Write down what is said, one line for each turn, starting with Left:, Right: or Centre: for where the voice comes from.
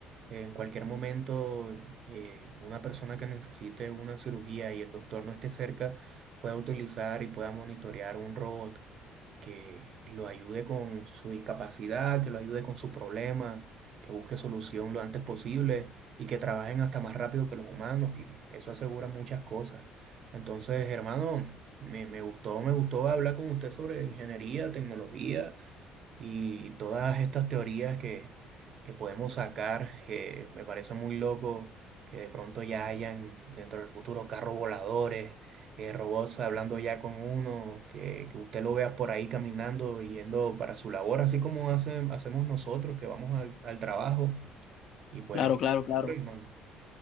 Right: En cualquier momento, eh, una persona que necesite una cirugía y el doctor no esté cerca pueda utilizar y pueda monitorear un robot que lo ayude con su discapacidad, que lo ayude con sus problemas, que busque solución lo antes posible y que trabajen hasta más rápido que los humanos y eso asegura muchas cosas. Entonces, hermano, me, me gustó, me gustó hablar con usted sobre ingeniería, tecnología y todas estas teorías que, que podemos sacar, eh, me parece muy loco que de pronto ya hayan dentro del futuro carros voladores, eh, robots hablando ya con uno, que, que usted lo vea por ahí caminando, yendo para su labor, así como hace- hacemos nosotros que vamos al, al trabajo. Y pues,
Left: Claro, claro, claro.
Right: Rickman,